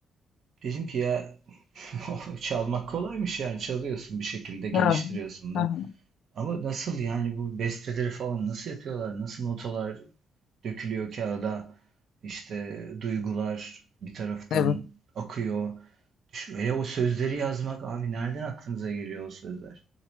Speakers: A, on the right; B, on the left.
A: dedim ki ya <laughs> çalmak kolaymış yani çalıyorsun bir şekilde geliştiriyorsun
B: Evet.
A: da.
B: Hı hı.
A: Ama nasıl yani bu besteleri falan nasıl yapıyorlar? Nasıl notalar dökülüyor kağıda? İşte duygular bir taraftan
B: Evet.
A: akıyor. Şu- Hele o sözleri yazmak abi nereden aklınıza geliyor o sözler?